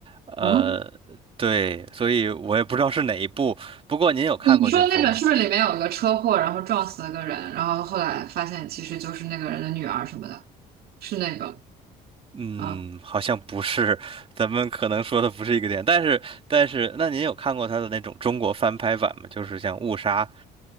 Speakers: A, on the right (about 35°); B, on the right (about 65°).
A: 呃，
B: 啊，
A: 对，所以我也不知道是哪一部。不过您有看过这部吗？
B: 你说那本是不是里面有一个车祸，然后撞死了个人，然后后来发现其实就是那个人的女儿什么的？是那个
A: 嗯，
B: 啊？
A: 好像不是，咱们可能说的不是一个点。但是，但是，那您有看过他的那种中国翻拍版吗？就是像《误杀》。